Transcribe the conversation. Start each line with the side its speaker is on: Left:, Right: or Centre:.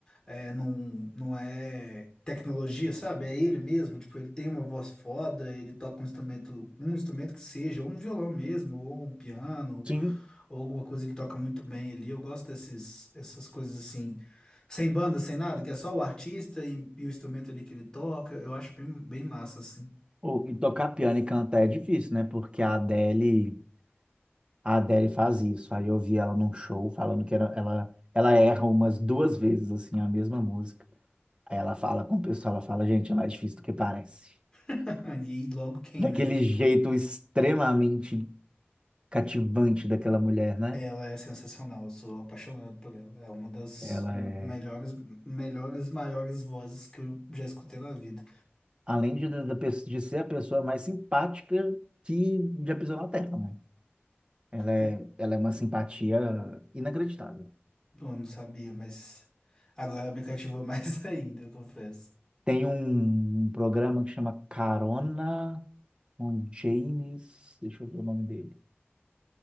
Left: é, não, não é tecnologia, sabe? É ele mesmo, tipo, ele tem uma voz foda, ele toca um instrumento, um instrumento que seja, ou um violão mesmo, ou um piano,
Right: Sim.
Left: ou alguma coisa ele toca muito bem ali. Eu gosto desses, essas coisas assim, sem banda, sem nada, que é só o artista e, e o instrumento ali que ele toca, eu acho bem, bem massa, assim.
Right: Ou- E tocar piano e cantar é difícil, né? Porque a Adele, a Adele faz isso. Aí eu vi ela num show falando que era- ela, ela erra umas duas vezes, assim, a mesma música. Aí ela fala com o pessoal, ela fala, gente, é mais difícil do que parece.
Left: <laughs> E logo quem,
Right: Daquele
Left: né? Tipo,
Right: jeito extremamente cativante daquela mulher, né?
Left: ela é sensacional, eu sou apaixonado por ela. É uma das
Right: Ela
Left: melhores,
Right: é,
Left: melhores, maiores vozes que eu já escutei na vida.
Right: além de, da- da pe- de ser a pessoa mais simpática que já pisou na Terra, né? Ela é,
Left: É,
Right: ela é uma simpatia inacreditável.
Left: eu não sabia, mas agora ela me cativou <laughs> mais ainda, eu confesso.
Right: Tem um, um programa que chama Carona com James. Deixa eu ver o nome dele.